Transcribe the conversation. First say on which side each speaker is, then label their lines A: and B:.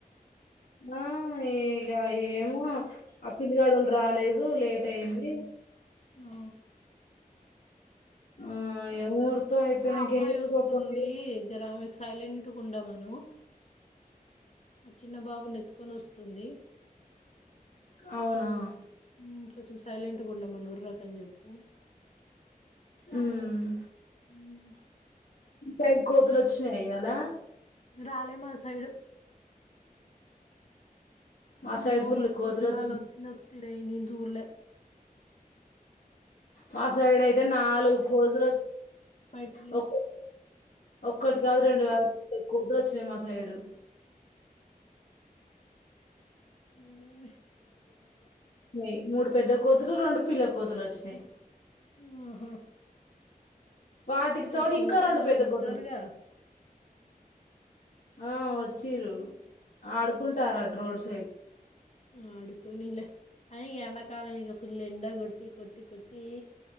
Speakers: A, on the left; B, on the left.
A: ఆ ఇక ఏమో ఆ పిల్లిగడో లు రాలేదు దు లేట్ అయింది
B: ఆ
A: ఆ ఇగ ముహూర్తం అయిపోయినంక
B: ఆ అమ్మాయి
A: ఏం చేయాలి
B: వస్తుంది
A: పాపం?
B: జరమెకు సైలెంట్గా ఉండ మను ఆ చిన్న బాబు నెత్తుకొని వస్తుంది
A: అవునా
B: హ్మ్. కొంచెం సైలెంట్గా ఉండమనుర్రక అని చెప్పు
A: ఉమ్
B: హ్మ్.
A: ఇంటికడ్కి కోతులు వచ్చినయి ఇ య్యాలా
B: రాలే మా సైడు
A: మా సైడ్
B: ఏమో
A: ఫుల్
B: మరీ
A: కోతులు
B: పొద్దుగాల
A: వచ్చినాయి.
B: వచ్చిందొ తే నేన్ చూళ్ల
A: మా సైడ్ అయితే నాలుగు కోతులు
B: బయట వెళ్ళిన
A: వ ఓక్ ఒక్కటి కాదు రెండు కాదు <inaudible> వచ్చినాయి మా సైడు
B: ఉన్నీలే
A: యి మూడు పెద్ద కోతులు రెండు పిల్ల కోతులు వచ్చినాయ్
B: ఆహా
A: వాటికి
B: ఎవరు
A: తోడు
B: చిన్నపిల్లలు
A: ఇంకా రెండు పెద్ద
B: ఒర్రుతారుగా
A: కోతులు ఆ వచ్చిరూ ఆడుకుంటారఅటు రోడ్ సైడ్
B: ఆడుకునిలె అ ఈ ఎండాకాలం ఇగ ఫుల్ ఎండ గొట్టి, కొట్టి, కొట్టీ,